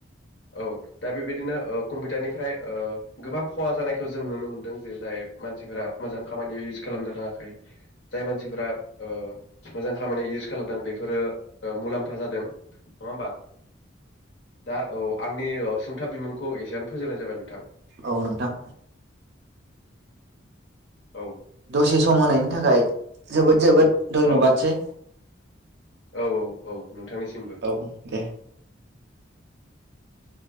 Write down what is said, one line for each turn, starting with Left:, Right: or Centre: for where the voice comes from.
Left: औ दा बेबादिनो ओह कम्पिउटारनिफ्राय ओह गोबां खहा जानायखौ जों नुनो मोनदों जे जाय मानसिफोरा मोजां खामानियाव इउस खालामनो रोङाखै जाय मानसि मानसिफोरा ओह मोजां खामानियाव इउस खालामदों बेफोरो ओह मुलाम्फा जादों। नङा होमबा दा औ। आंनि अ सुंथाब बिमुंखौ एसेआनो फोजोबनाय जाबाय नोंथां।
Right: औ नोंथां।
Left: औ।
Right: दसेसम होनायनि थाखाय जोबोद जोबोद। धयनबादसेै।
Left: औ औ औ औ नोंथांनिसिमबो।
Right: औ दे
Left: <inaudible>